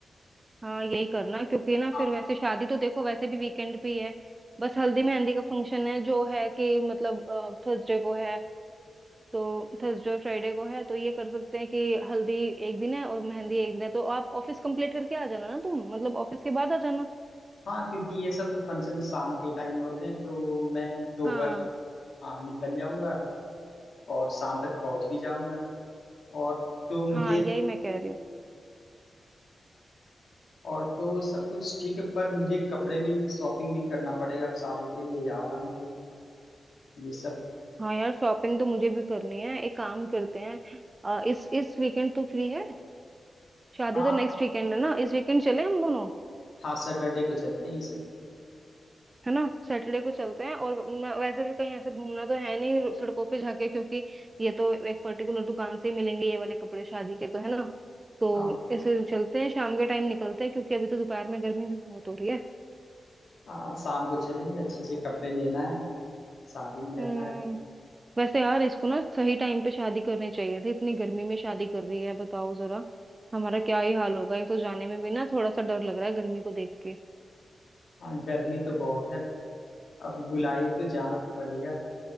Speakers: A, on the right (about 35°); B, on the left (about 70°).
A: हाँ यही करना क्योंकि ना
B: हाँ
A: फिर वैसे शादी तो देखो वैसे भी वीकेंड पे ही है बस हल्दी मेहंदी का फंक्शन है जो है कि मतलब थर्सडे को है तो थर्सडे और फ्राइडे को है तो ये कर सकते हैं कि हल्दी एक दिन है और मेहंदी एक दिन है तो आप ऑफिस कंप्लीट करके आ जाना ना तुम मतलब ऑफिस के बाद आ जाना
B: हाँ, क्योंकि ये सब तो फंक्शन शाम के टाइम होते हैं तो मैं दोपहर
A: हाँ
B: तक, हाँ निकल जाऊँगा और शाम तक पहुँच भी जाऊँगा और तो मुझे
A: हाँ यही मैं कह रही हूँ
B: और तो सब कुछ ठीक है पर मुझे कपड़े भी शॉपिंग भी करना पड़ेगा अब शादी के लिए जा रहा हूँ तो ये सब
A: हाँ यार शॉपिंग तो मुझे भी करनी है एक काम करते हैं अ, इस इस वीकेंड तो फ्री है शादी
B: हाँ
A: तो नेक्स्ट वीकेंड है ना इस वीकेंड चले हम दोनों
B: हाँ सैटरडे को चलते हैं इसे
A: है ना सैटरडे को चलते हैं और मैं- वैसे भी कहीं ऐसे घूमना तो है नहीं सड़कों पे जाके क्योंकि ये तो एक पर्टिकुलर दुकान से ही मिलेंगे ये वाले कपड़े शादी के तो है ना तो
B: हाँ
A: ऐसे चलते हैं शाम के टाइम निकलते हैं क्योंकि अभी तो दोपहर में गर्मी भी बहुत हो रही है
B: हाँ शाम को चलेंगे अच्छे से कपड़े लेना है शादी में जाना
A: हम्म
B: है
A: वैसे यार इसको ना सही टाइम पे शादी करनी चाहिए थी इतनी गर्मी में शादी कर रही है बताओ जरा हमारा क्या ही हाल होगा एक तो जाने में भी ना थोड़ा सा डर लग रहा है गर्मी को देख के
B: हाँ गर्मी तो बहुत है अब बुलाइए तो जाना तो पड़ेगा